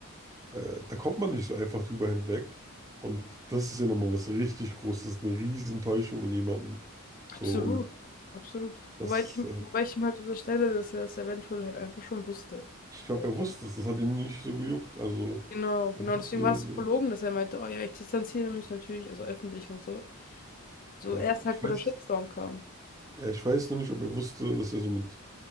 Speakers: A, on the right (about 15°); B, on the left (about 40°).
A: äh, da kommt man nicht so einfach drüber hinweg und das ist ja nochmal was richtig Großes, eine Riesentäuschung in jemanden, so
B: Absolut,
A: und
B: absolut.
A: das
B: Wobei ich, ihm-
A: äh,
B: wobei ich ihm halt unterstelle, dass er es eventuell halt einfach schon wusste.
A: Ich glaube,
B: So,
A: er wusste es, das hat ihn nicht so gejuckt. Also,
B: Genau, genau.
A: er wusste,
B: Deswegen war es so verlogen, dass er meinte, oh ja, ich distanziere mich natürlich, also öffentlich und so. So
A: ja,
B: erst
A: ich
B: halt, wo
A: weiß,
B: der Shitstorm kam.
A: ja, ich weiß noch nicht, ob er wusste, dass er so mit,